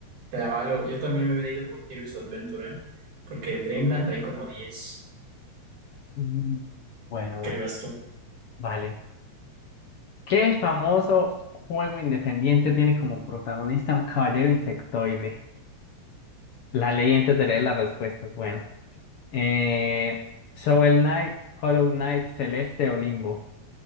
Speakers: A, on the right; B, on the left.
A: te la valgo. Yo también me hubiera ido por Kirby's Adventure, ¿eh? Porque en Dreamland hay como diez
B: Mm, Bueno,
A: ¿Qué
B: bueno,
A: vas tú?
B: vale. ¿Qué famoso juego independiente tiene como protagonista un caballero insectoide? La ley antes de leer las respuestas. Bueno, eh, Shovel Knight, Hollow Knight, Celeste o Limbo.